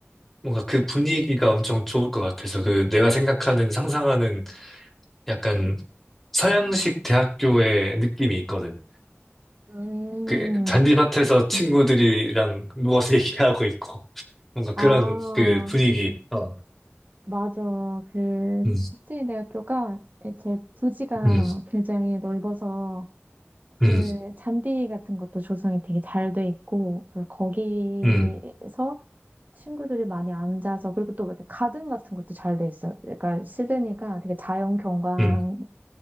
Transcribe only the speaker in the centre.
뭔가 그 분위기가 엄청 좋을 것 같아서 그 내가 생각하는 상상하는 약간 서양식 대학교의 느낌이 있거든.
그 잔디밭에서 친구들이랑
누워서 <laughs> 얘기하고 있고 뭔가 그런
그 분위기. 어.
음,
음,
음,
음,
음, 음.